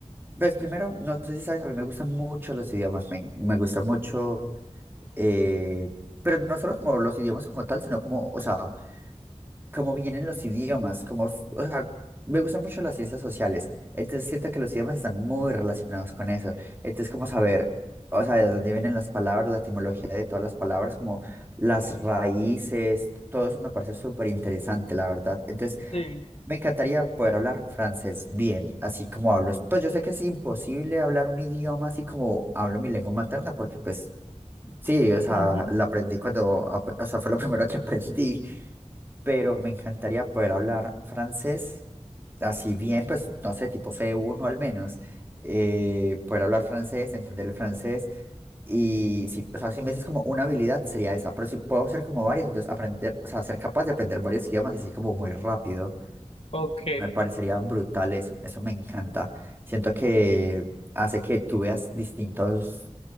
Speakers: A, on the right; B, on the left.
A: pues primero, no sé si sabes, a mí me gustan mucho los idiomas, me, me gusta mucho, eh, pero no solo como los idiomas como tal, sino como, o sea, como vienen los idiomas, como, o sea, me gustan mucho las ciencias sociales, entonces siento que los idiomas están muy relacionados con eso, entonces como saber, o sea, de dónde vienen las palabras, la etimología de todas las palabras, como las raíces, todo eso me parece súper interesante, la verdad. Entonces,
B: Sí.
A: me encantaría poder hablar francés bien, así como hablo. Pues yo sé que es imposible hablar un idioma así como hablo mi lengua materna, porque pues sí, o sea,
B: Ujú.
A: la aprendí cuando, ap- o sea, fue lo primero que <laughs> aprendí pero me encantaría poder hablar francés, así bien, pues no sé, tipo C1 al menos, eh, poder hablar francés, entender el francés, y si, o sea, si me dices como una habilidad sería esa, pero si puedo hacer como varias, entonces aprender, o sea, ser capaz de aprender varios idiomas así como muy rápido,
B: Ok.
A: me parecería brutal eso, eso me encanta. Siento que hace que tú veas distintos